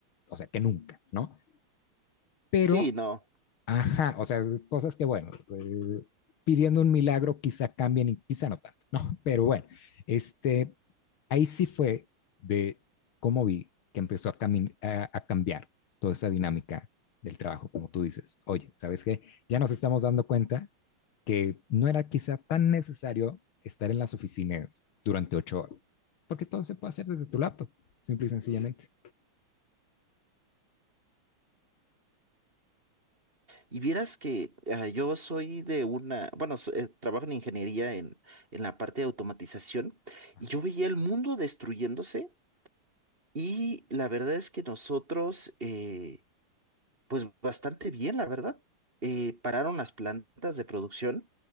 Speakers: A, on the left; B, on the right.
A: o sea, que nunca, ¿no? Pero
B: Sí, no.
A: Ajá, o sea, cosas que, bueno, eh, pidiendo un milagro quizá cambien y quizá no tanto, ¿no? <laughs> Pero bueno, este, ahí sí fue de cómo vi que empezó a, cami- a, a cambiar toda esa dinámica del trabajo, como tú dices. Oye, ¿sabes qué? Ya nos estamos dando cuenta que no era quizá tan necesario estar en las oficinas durante ocho horas, porque todo se puede hacer desde tu laptop, simple y sencillamente.
B: Y vieras que ah, yo soy de una, bueno, so- eh, trabajo en ingeniería en, en la parte de automatización
A: Ajá,
B: y yo veía el mundo destruyéndose Y la verdad es que nosotros, eh, pues bastante bien, la verdad. Eh, pararon las plantas de producción,